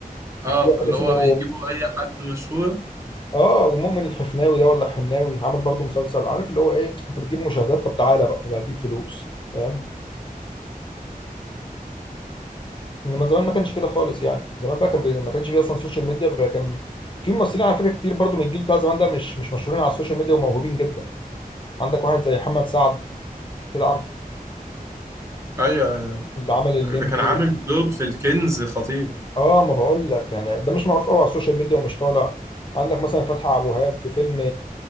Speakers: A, on the left; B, on the right.
A: وفي
B: اه
A: واحد
B: فاللي
A: اسمه
B: هو بيجيبوا أي حد مشهور
A: اه ومؤمن الحفناوي ده ولا الحناوي عمل برضو مسلسل عارف اللي هو ايه انت بتجيب مشاهدات طب تعالى بقى يبقى هتجيب فلوس فاهم انما زمان ما كانش كده خالص يعني زمان بقى كان بي... ما كانش فيه اصلا سوشيال ميديا فكان في ممثلين على فكره كتير برضو من الجيل بتاع زمان ده مش مش مشهورين على السوشيال ميديا وموهوبين جدا عندك واحد زي محمد سعد كده عارف
B: أيوة
A: اللي عمل
B: ده
A: الليمبي
B: كان عامل
A: و...
B: دور في الكنز خطير
A: اه ما بقول لك يعني ده مش معروف قوي على السوشيال ميديا ومش طالع عندك مثلا فتحي عبد الوهاب في فيلم